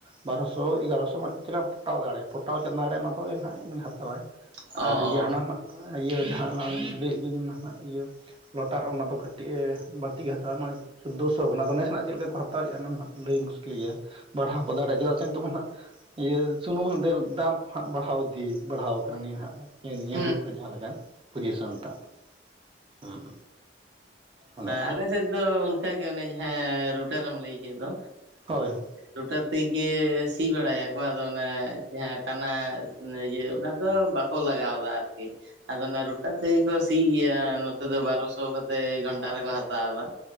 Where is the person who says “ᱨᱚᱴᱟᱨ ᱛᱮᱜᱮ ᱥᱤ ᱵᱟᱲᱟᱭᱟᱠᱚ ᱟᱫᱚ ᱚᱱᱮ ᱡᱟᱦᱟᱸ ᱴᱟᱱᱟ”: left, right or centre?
Right